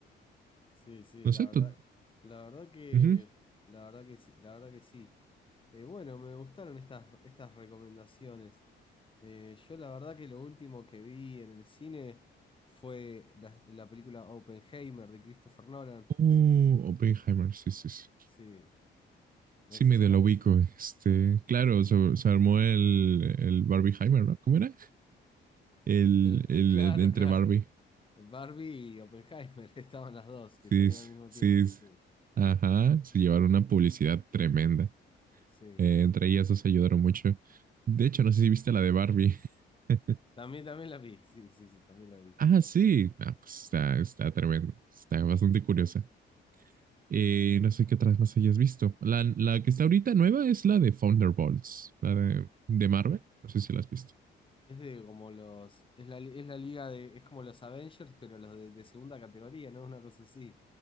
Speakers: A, on the left; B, on the right.
A: Sí, sí,
B: No
A: la
B: sé,
A: verdad,
B: tú.
A: la verdad que,
B: ujú.
A: la verdad que sí, la verdad que sí. Eh, bueno, me gustaron estas, estas recomendaciones. Eh, yo la verdad que lo último que vi en el cine fue la, la película Oppenheimer de Christopher Nolan.
B: Oh, Oppenheimer, sí, sí, sí.
A: Sí, no
B: Sí,
A: sé
B: me
A: si
B: de
A: la
B: la
A: has
B: ubico.
A: visto.
B: Este, claro, se, se armó el, el Barbieheimer, ¿no? ¿Cómo era? El,
A: El, el-
B: el,
A: <laughs> claro,
B: entre
A: claro.
B: Barbie.
A: El Barbie y Oppenheimer <laughs> estaban las dos
B: Sí,
A: que salieron
B: sí.
A: al mismo
B: sí,
A: tiempo, sí.
B: sí. Ajá. Se llevaron una publicidad tremenda.
A: Sí.
B: Eh, entre ellas dos se ayudaron mucho. De hecho, no sé si viste la de Barbie. <laughs>
A: También, también la vi, sí, sí, sí, también la vi.
B: Ah, sí. Ah, pues está, está tremendo. Está bastante curiosa. Eh, no sé qué otras más hayas visto. La, la que está ahorita nueva es la de Thunderbolts, la de, de Marvel. No sé si la has visto.
A: Es de como los, es la, li- es la liga de, es como los Avengers, pero los de, de segunda categoría, ¿no? Una cosa así.